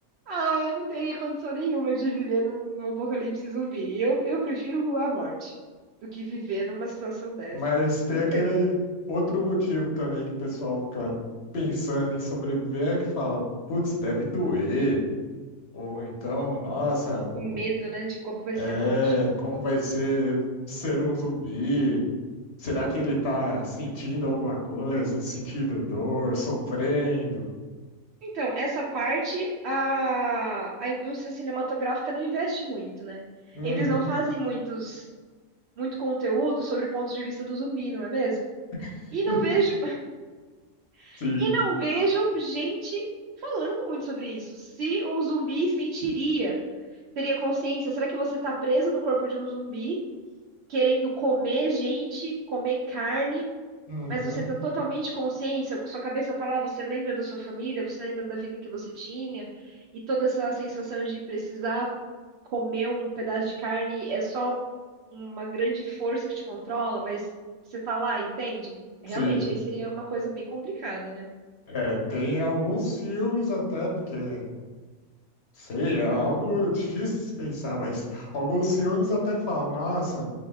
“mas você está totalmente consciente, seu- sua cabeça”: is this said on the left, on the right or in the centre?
Right